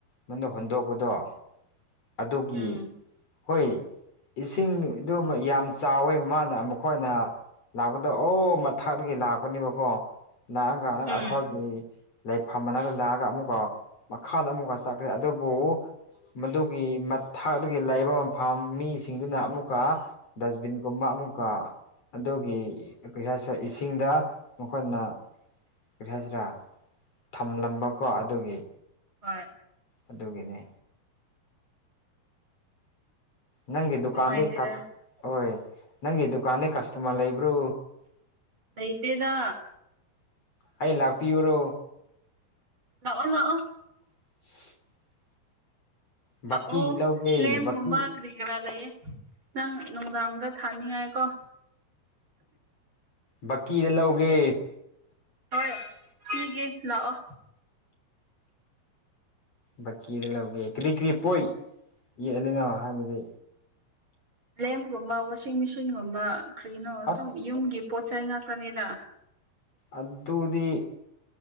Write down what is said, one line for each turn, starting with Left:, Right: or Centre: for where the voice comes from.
Left: ꯃ ꯍꯨꯟꯗꯣꯛꯄꯗꯣ ꯑꯗꯨꯒꯤ
Right: ꯎꯝ
Left: ꯍꯣꯏ ꯏꯁꯤꯡꯗꯨ ꯌꯥꯝ ꯆꯥꯎꯋꯦ ꯃꯥꯅ ꯃꯈꯣꯏꯅ ꯂꯥꯛꯄꯗ ꯑꯣ ꯊꯥꯒꯤ ꯂꯥꯛꯄꯅꯦꯕꯀꯣ ꯉꯥꯡ ꯉꯥꯏꯍꯪ
Right: ꯎꯝ
Left: ꯑꯩꯈꯣꯏꯒꯤ ꯂꯩꯐꯝ ꯃꯅꯥꯗ ꯂꯥꯛꯑꯒ ꯑꯃꯨꯛꯒ ꯃꯈꯥ ꯑꯃꯨꯛꯒ ꯆꯥꯈ꯭ꯔꯦ ꯑꯗꯨꯕꯨ ꯃꯗꯨ ꯒꯤ ꯃꯊꯥꯛꯇꯒꯤ ꯂꯩꯕ ꯃꯐꯝ ꯃꯤꯁꯤꯡꯗꯨꯅ ꯑꯃꯨꯛꯀ ꯗꯁꯕꯤꯟ ꯀꯨꯝꯕ ꯑꯃꯨꯛꯀ ꯑꯗꯨꯒꯤ ꯀꯔꯤ ꯍꯥꯏꯁꯦꯔ ꯏꯁꯤꯡꯗ ꯃꯈꯣꯏꯅ ꯀꯔꯤ ꯍꯥꯏꯁꯤꯔ ꯊꯝꯂꯝꯕꯀꯣ ꯑꯗꯨꯒꯤ
Right: ꯍꯣꯏ
Left: ꯑꯗꯨꯒꯤꯅꯦ ꯅꯪꯒꯤ ꯗꯨꯀꯥꯟꯗꯤ
Right: ꯅꯨꯡꯉꯥꯏꯇꯦꯗ
Left: ꯀꯁ ꯍꯣꯏ ꯅꯪꯒꯤ ꯗꯨꯀꯥꯟꯗꯩ ꯀꯁꯇꯃꯔ ꯂꯩꯕ꯭ꯔꯣ
Right: ꯂꯩꯇꯦꯗ
Left: ꯑꯩ ꯂꯥꯛꯄꯤꯌꯨꯔꯣ
Right: ꯂꯥꯛꯑꯣ ꯂꯥꯛꯑꯣ
Left: <inaudible> ꯕꯀꯤ
Right: ꯂꯥꯛꯑꯣ
Left: ꯂꯧꯒꯦ
Right: ꯂꯦꯝꯒꯨꯝꯕ
Left: ꯕꯀꯤ
Right: ꯀ꯭ꯔꯤ ꯂꯩꯌꯦ ꯅꯪ ꯅꯨꯡꯗꯥꯡꯗ ꯊꯥꯅꯤꯡꯉꯥꯏꯀꯣ
Left: ꯕꯥꯀꯤꯗ ꯂꯧꯒꯦ
Right: ꯍꯣꯏ ꯄꯤꯒꯦ ꯂꯥꯛꯑꯣ
Left: ꯕꯛꯀꯤꯗ ꯂꯧꯒꯦ ꯀꯔꯤ ꯀꯔꯤ ꯄꯣꯏ ꯌꯦꯛꯂꯤꯅꯣ ꯍꯥꯏꯕꯗꯤ
Right: ꯂꯦꯝꯒꯨꯝꯕ ꯋꯥꯁꯤꯡ ꯃꯦꯆꯤꯟꯒꯨꯝꯕ ꯀꯔꯤꯅꯣ
Left: ꯑꯁ
Right: ꯑꯗꯨꯝ ꯌꯨꯝꯒꯤ ꯄꯣꯠꯆ ꯆꯩ ꯉꯥꯛꯇꯅꯤꯗ
Left: ꯑꯗꯨꯗꯤ